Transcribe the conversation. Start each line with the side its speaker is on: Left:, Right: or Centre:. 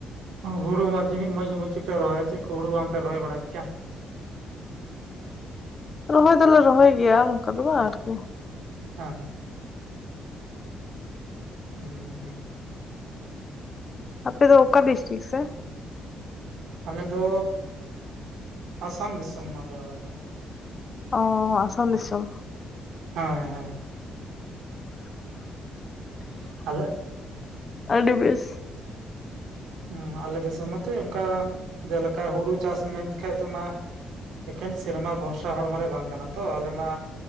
Right: ᱚ ᱦᱩᱲᱩ ᱢᱟ ᱛᱤᱱᱟᱹᱜ ᱢᱚᱡᱽ ᱢᱚᱡᱽ ᱜᱮᱯᱮ ᱨᱚᱦᱚᱭ ᱪᱮᱜ ᱠᱚ ᱦᱳᱲᱳ ᱵᱟᱢᱯᱮ ᱨᱚᱦᱚᱭ ᱵᱟᱲᱟᱭᱮᱜ ᱠᱟᱱ?
Left: ᱨᱚᱦᱚᱭ ᱫᱚᱞᱮ ᱨᱚᱦᱚᱭ ᱜᱮᱭᱟ ᱚᱱᱠᱟ ᱫᱚ ᱵᱟᱝ ᱟᱨᱠᱤ᱾
Right: ᱦᱩᱸ ᱦᱩᱸ ᱦᱩᱸ
Left: ᱟᱯᱮ ᱫᱚ ᱚᱠᱟ ᱰᱤᱥᱴᱤᱠ ᱥᱮ?
Right: ᱟᱞᱮ ᱫᱚᱻ ᱟᱥᱟᱢ ᱫᱤᱥᱚᱢ ᱟᱞᱮ ᱚᱲᱟᱜ ᱫᱚ ᱾
Left: ᱚᱻ ᱟᱥᱟᱢ ᱫᱤᱥᱚᱢ᱾
Right: ᱦᱮᱸ ᱦᱮᱸ᱾ ᱟᱞᱮ
Left: ᱟᱹᱰᱤ ᱵᱮᱥ᱾
Right: ᱦᱩᱸ ᱟᱞᱮ ᱫᱤᱥᱚᱢ ᱢᱟᱛᱚ ᱚᱱᱠᱟ ᱡᱮᱞᱮᱠᱟ ᱦᱩᱲᱩ ᱪᱟᱥ ᱢᱮᱱ ᱛᱮᱠᱷᱟᱡ ᱛᱮᱢᱟ ᱮᱠᱮᱱ ᱥᱮᱨᱢᱟ ᱵᱷᱚᱨᱥᱟ ᱦᱚᱲ ᱢᱟᱞᱮ ᱵᱟᱝ ᱠᱟᱱᱟ ᱛᱚ ᱟᱞᱮ ᱢᱟ